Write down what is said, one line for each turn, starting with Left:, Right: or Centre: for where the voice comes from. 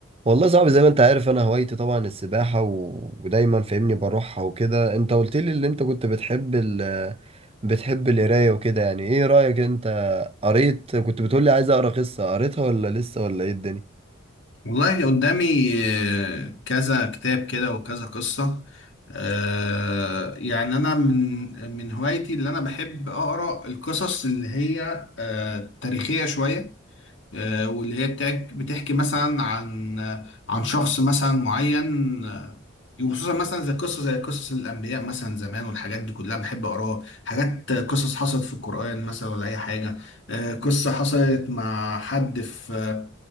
Right: والله صعب زي ما انت عارف انا هوايتي طبعا السباحة و... ودايما فاهمني بروحها وكده انت قلت لي اللي انت كنت بتحب ال... بتحب القراية وكده يعني ايه رأيك انت قريت كنت بتقول لي عايز اقرا قصة قريتها ولا لسه ولا ايه الدنيا
Left: والله قدامي آه، كذا كتاب كده وكذا قصة آه، يعني أنا من من هوايتي اللي أنا بحب أقرأ القصص اللي هي آه، تاريخية شوية آه، واللي هي بتاع- بتحكي مثلا عن عن شخص مثلا معين آه، وخصوصا مثلا زي قصة زي قصص الأنبياء مثلا زمان والحاجات دي كلها بحب أقراها حاجات قصص حصلت في القرآن مثلا ولا أي حاجة آه، قصة حصلت مع حد في